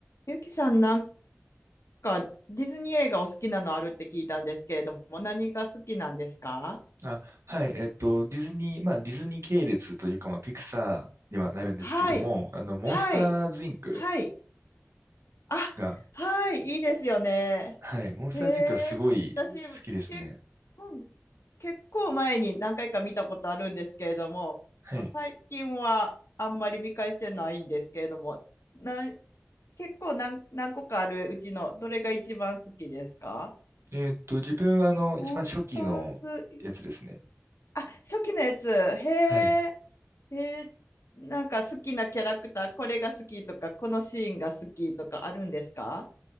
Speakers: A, on the left; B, on the right.
A: ゆきさん、なんかディズニー映画お好きなのあるって聞いたんですけれども、何が好きなんですか
B: あ、はい、えっと、ディズニー、まあ、ディズニー系列というか、まあ、ピクサーにはなるんですけども、
A: はい。
B: あの、モンスターズインク
A: はい。はい。あ、
B: が、
A: はい。いいですよね。
B: はい、モンスターズインクはすごい好きですね。
A: へえ。私、結婚、結構前に何回か見たことあるんですけれども、
B: はい。
A: 最近はあんまり見返してないんですけれども、な、結構何、何個かあるうちのどれが一番好きですか
B: えっと、自分は、あの、一番初期のやつですね。
A: モンスターズあ、初期のやつ。へ
B: はい。
A: え。えー、なんか好きなキャラクター、これが好きとか、このシーンが好きとかあるんですか